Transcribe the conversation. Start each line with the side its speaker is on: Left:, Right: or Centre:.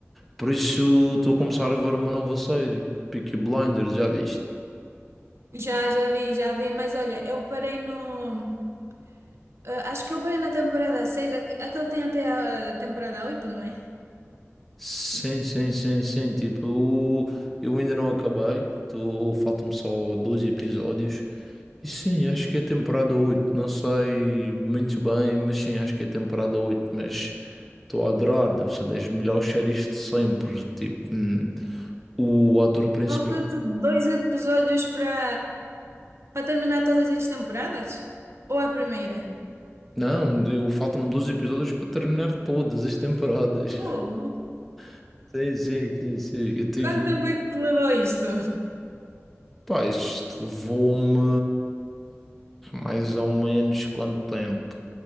Centre: Por isso, estou a começar a ver uma nova série, Peaky Blinders, já viste?
Right: Já, já vi, já vi, mas olha, eu parei no. ah, acho que eu parei na temporada 6 aqu- aquele tem até a temporada oito não é?
Centre: Sim, sim, sim, sim. Tipo, eu ainda não acabei. Tô, faltam-me só dois episódios. E sim, acho que é temporada oito Não sei muito bem, mas sim, acho que é temporada oito Mas estou a adorar. Deve ser das melhores séries de sempre. Tipo, hum, o ator principal.
Right: Falta-te dois episódios para para terminar todas as temporadas? Ou a primeira?
Centre: Não, eu faltam-me dois episódios para terminar todas as temporadas.
Right: Fogo.
Centre: <laughs> Sim, sim, sim, sim. Eu tive.
Right: Quanto tempo é que te levou isto?
Centre: Pá, isto levou-me mais ou menos quanto tempo?